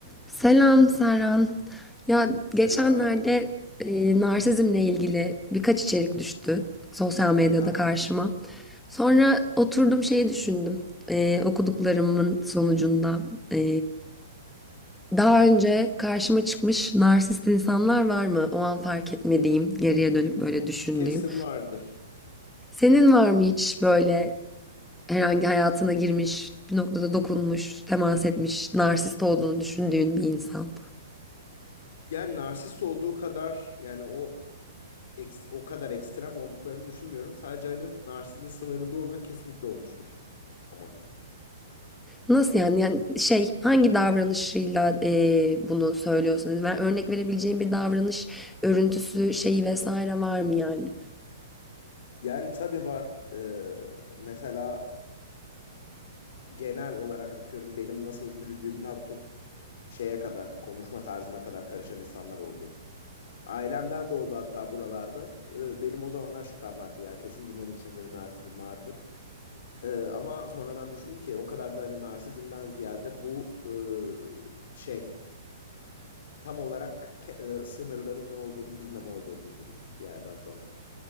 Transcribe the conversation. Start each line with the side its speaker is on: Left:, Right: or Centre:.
Centre: Selam Serhan. Ya
Left: Selam.
Centre: geçenlerde e, narsizmle ilgili birkaç içerik düştü sosyal medyada
Left: Haha.
Centre: karşıma. Sonra oturdum şeyi düşündüm. E, okuduklarımın sonucunda e, daha önce karşıma çıkmış narsist insanlar var mı? O an fark etmediğim, geriye dönüp böyle düşündüğüm.
Left: Kesin vardır.
Centre: Senin var mı hiç böyle herhangi hayatına girmiş, bir noktada dokunmuş, temas etmiş, narsist olduğunu düşündüğün bir insan?
Left: Yani narsist olduğu kadar yani o eks- o kadar ekstrem olduklarını düşünmüyorum. Sadece hani narsizmin sınırında olan kesinlikle olmuştur. Ama.
Centre: Nasıl yani? Yani şey hangi davranışıyla eee, bunu söylüyorsun? Yani ben örnek verebileceğin bir davranış örüntüsü şeyi vesaire var mı yani?
Left: Yani tabii var. Ee, mesela genel olarak atıyorum benim nasıl yürüdüğümden tut şeye kadar, konuşma tarzıma kadar karışan insanlar oldu. Ailemden de oldu hatta buralarda. Ee, benim o zamanlar şüphem vardı ya kesin bunların içinde bir narsizm vardır. Eee, ama sonradan düşündüm ki o kadar da hani narsizmden ziyade bu eee, şey tam olarak ke- eee, sınırların ne olduğunu bilmeme olduğunu düşündüm bir yerden sonra.